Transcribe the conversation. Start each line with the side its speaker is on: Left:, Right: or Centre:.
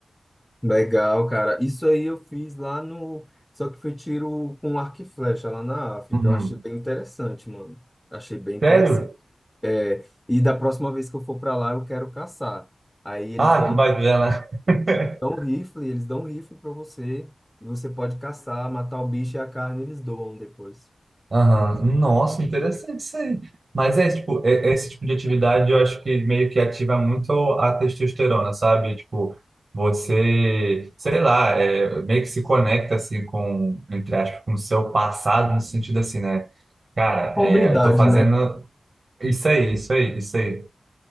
Centre: Legal, cara. Isso aí eu fiz lá no. Só que foi tiro com arco e flecha lá na África.
Right: Uhum.
Centre: Eu achei bem interessante, mano. Achei bem interessante.
Right: Sério?
Centre: É, e da próxima vez que eu for pra lá, eu quero caçar. Aí eles
Right: Ah,
Centre: dão,
Right: que bacana. <laughs>
Centre: dão rifle, eles dão rifle pra você. E você pode caçar, matar o bicho e a carne eles doam depois.
Right: Aham. Nossa, interessante isso aí. Mas é, tipo, é- esse tipo de atividade eu acho que meio que ativa muito a testosterona, sabe? Tipo, você, sei lá, é, meio que se conecta, assim, com, entre aspas, com o seu passado, no sentido assim, né? Cara,
Centre: Hombridade,
Right: é, eu tô fazendo.
Centre: né?
Right: Isso aí, isso aí, isso aí.